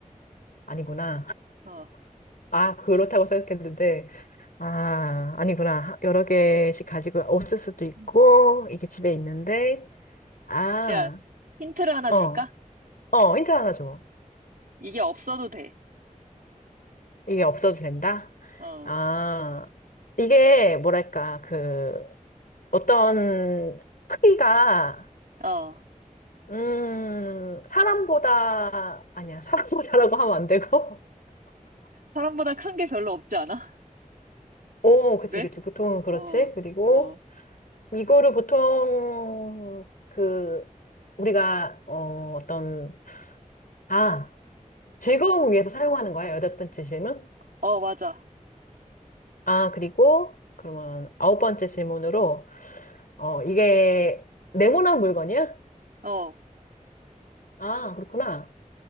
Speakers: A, on the left (about 85°); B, on the right (about 80°).
A: 아니구나.
B: 어.
A: 아, 그렇다고 생각했는데. 아, 아니구나. 여러 개씩 가지고 없을 수도 있고,
B: 음.
A: 이게 집에 있는데. 아,
B: 야, 힌트를 하나
A: 어,
B: 줄까?
A: 어, 힌트 하나 줘.
B: 이게 없어도 돼.
A: 이게 없어도 된다?
B: 어,
A: 아, 이게 뭐랄까, 그, 어떤 크기가,
B: 어.
A: 음, 사람보다, 아니야, 사람보다라고 하면 안 되고.
B: 사람보다 큰게 별로 없지 않아?
A: 오,
B: <laughs> 집에?
A: 그치, 그치. 보통은 그렇지.
B: 어,
A: 그리고
B: 어.
A: 이거를 보통 그 우리가 어, 어떤 아, 즐거움 위해서 사용하는 거야. 여덟 번째 질문.
B: 어, 맞아.
A: 아, 그리고 그러면 아홉 번째 질문으로 어, 이게 네모난 물건이야?
B: 어.
A: 아, 그렇구나.